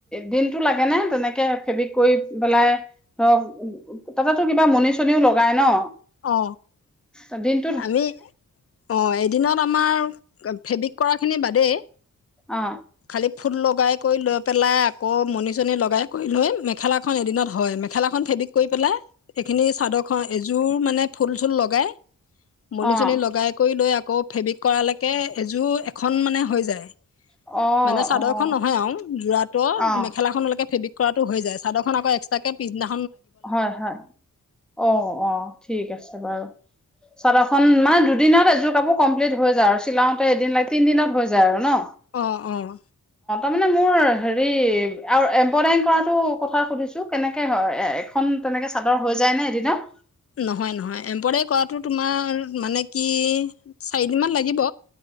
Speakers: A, in the centre; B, on the left.
A: দিনটো লাগে নে? তেনেকে ফেব্ৰিক কৰি পেলাই ধৰক তাতেতো কিবা মনি চনিও লগাই ন।
B: অ
A: ত দিন।
B: আমি অ এদিনত আমাৰ। ফেব্ৰিক কৰা খিনি বাদেই।
A: অ।
B: খালি ফুল লগাই কৰি লৈ পেলাই আকৌ মনি। চ'নী লগাই কৰি লৈ মেখেলাখন এদিনত হয় মেখেলাখন ফেব্ৰিক কৰি পেলাই। এইখিনি চাদৰ খ এযোৰ মানে ফুল চুল লগাই। মনিচনী
A: অ
B: লগাই কৰি লৈ আকৌ। আকৌ ফেব্ৰিক কৰালেকে এযোৰ এখন মানে হৈ যায়।
A: অঁ
B: মানে চাদৰ
A: অঁ
B: খন নহয় আও যোৰাটো অ
A: অঁ
B: মেখেলাখনলৈকে ফেবিক। কৰাতো হৈ যায় চাদৰ আকৌ এক্সট্ৰাকে পিছদিনা।
A: হয়, হয়, অ, অ ঠিক আছে বাৰু। চাদৰখন মানে দুদিনত এযোৰ কাপোৰ কমপ্লিট হৈ যায় আৰু চিলাওতে এদিন লাগে তিন দিনত হৈ যায় আৰু ন।
B: অহঁ, অঁহ।
A: মানে মোৰ হেৰি আৰু এমব্ৰইডাৰিং কৰাটো কথা সুধিছোঁ কেনেকৈ হয়। খন তেনেকে চাদৰ হৈ যায় নে এদিনত।
B: নহয়- নহয় এমব্ৰইডাৰী কৰাটো তোমাৰ মানে কি চাৰিদিনমান লাগিব।